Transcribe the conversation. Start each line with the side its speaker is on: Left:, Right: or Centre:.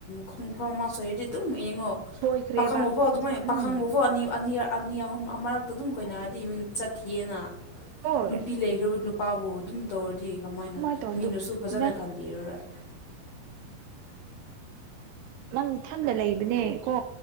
Left: ꯈꯣꯡꯐꯝ ꯑꯃ ꯁꯣꯏꯔꯗꯤ ꯑꯗꯨꯝ ꯌꯦꯡꯉꯣ
Right: ꯁꯣꯏꯈ꯭ꯔꯦꯕ
Left: ꯄꯥꯈꯪꯕꯐꯥꯎ ꯑꯗꯨꯃꯥꯏꯅ
Right: ꯎꯝ
Left: ꯄꯥꯈꯪ ꯃꯐꯧ ꯑꯅꯤ ꯑꯅꯤ ꯑꯅꯤ ꯑꯍꯨꯝ ꯑꯃꯔꯛꯇ ꯑꯗꯨꯝ ꯀꯣꯏꯅꯔꯗꯤ ꯏꯃ ꯆꯠꯈꯤ ꯑꯦꯅ
Right: ꯍꯣꯏ
Left: ꯅꯨꯄꯤ ꯂꯩꯈ꯭ꯔꯕ ꯅꯨ ꯄꯥꯕꯨ ꯑꯗꯨꯝ ꯇꯧꯔꯗꯤ ꯀꯃꯥꯏꯅ
Right: ꯑꯗꯨꯃꯥꯏꯅ ꯇꯧꯕꯗꯣ
Left: ꯃꯤꯅꯁꯨ ꯐꯖꯅ
Right: ꯅꯪ
Left: ꯈꯟꯕꯤꯔꯔꯣꯏ
Right: ꯅꯪ ꯊꯟꯗ ꯂꯩꯕꯅꯦ ꯀꯣ